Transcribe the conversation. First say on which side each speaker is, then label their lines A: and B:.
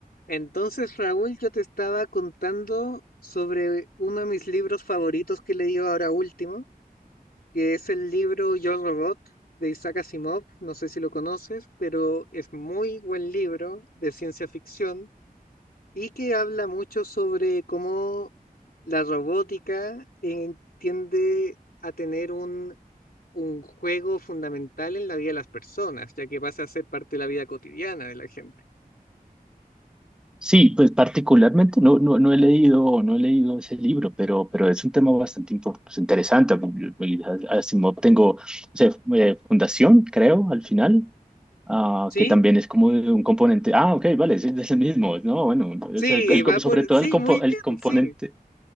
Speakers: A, on the left (about 75°); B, in the centre.
A: Entonces, Raúl, yo te estaba contando sobre uno de mis libros favoritos que he leído ahora último, que es el libro Yo Robot de Isaac Asimov. No sé si lo conoces, pero es muy buen libro de ciencia ficción y que habla mucho sobre cómo la robótica eh, tiende a tener un, un juego fundamental en la vida de las personas, ya que pasa a ser parte de la vida cotidiana de la gente.
B: Sí, pues particularmente no, no, no he leído, no he leído ese libro, pero, pero es un tema bastante impo- pues, interesante. Y Asimov tengo o sea, eh, Fundación, creo, al final, ah,
A: ¿Sí?
B: que también es como de un componente. Ah, ok, vale, es, es el mismo, ¿no? Bueno,
A: Sí,
B: es el- el
A: va
B: co-
A: por...
B: sobre todo
A: Sí,
B: el, compo-
A: muy bien,
B: el componente,
A: sí.